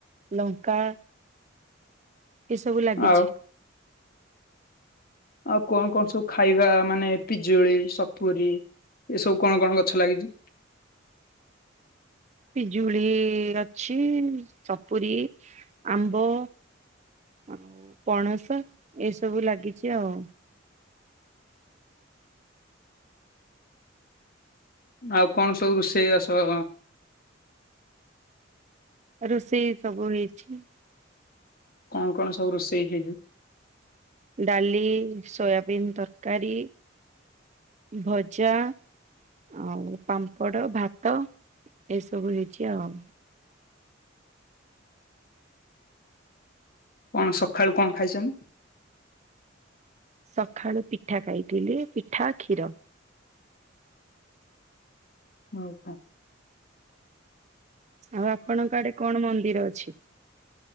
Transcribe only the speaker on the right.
ଲଙ୍କା ଏ ସବୁ ଲାଗିଛି।
ପିଜୁଳି ଅଛି, ସପୁୁରୀ, ଆମ୍ବ ଆଉ ପଣସ ଏସବୁ ଲାଗିଛି ଆଉ।
ରୋଷେଇ ସବୁ ହେଇଛି।
ଡାଲି, ସୋୟାବିନ ତରକାରୀ, ଭଜା ଆଉ ପାମ୍ପଡ଼, ଭାତ ଏସବୁ ହେଇଛି ଆଉ।
ସଖାଳୁ ପିଠା ଖାଇଥିଲି, ପିଠା, କ୍ଷୀର।
ଆଉ ଆପଣଙ୍କ ଆଡେ କଣ ମନ୍ଦିର ଅଛି?